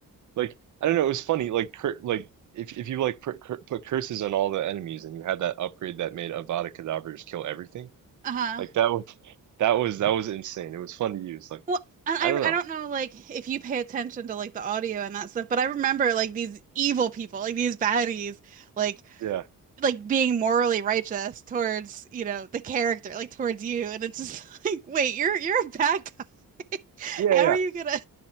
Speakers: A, on the right; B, on the right.
A: Like I don't know, it was funny. Like cur like if if you like put, cur put curses on all the enemies and you had that upgrade that made Avada Kedavra just kill everything,
B: Uh-huh.
A: like that would that was that was insane. It was fun to use. Like
B: Well, and I
A: I don't know.
B: I don't know like if you pay attention to like the audio and that stuff, but I remember like these evil people, like these baddies, like
A: Yeah.
B: like being morally righteous towards, you know, the character, like towards you, and it's just <laughs> like, wait, you're you're a bad guy. <laughs>
A: Yeah,
B: How
A: yeah.
B: are you gonna